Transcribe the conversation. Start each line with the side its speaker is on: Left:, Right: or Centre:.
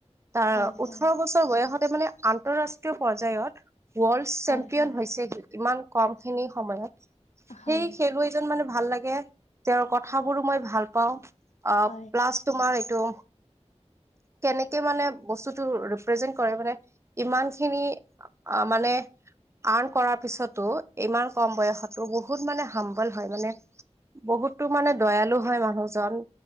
Right: তাৰ
Left: হয়
Right: ওঠৰ
Left: হয়
Right: বছৰ বয়সতে মানে আন্তঃৰাষ্ট্ৰীয় পৰ্য্যায়ত, ৱৰ্ল্ড চেম্পিয়ন
Left: হয় হয়
Right: হৈছে সি, ইমান কমখিনি সময়ত সেই
Left: হয়
Right: খেলুৱৈ জন মানে ভাল লাগে, তেওঁৰ কথাবোৰো মই ভাল পাওঁ, অ',
Left: হয়
Right: প্লাছ তোমাৰ এইটো কেনেকে মানে বস্তুটো ৰিপ্ৰেজেন্ট কৰে মানে ইমানখিনি অ' মানে আৰ্ন কৰাৰ পিছতো ইমান কম বয়সতো বহুত মানে হাম্বল হয় মানে বহুতো মানে দয়ালু হয় মানুহজন,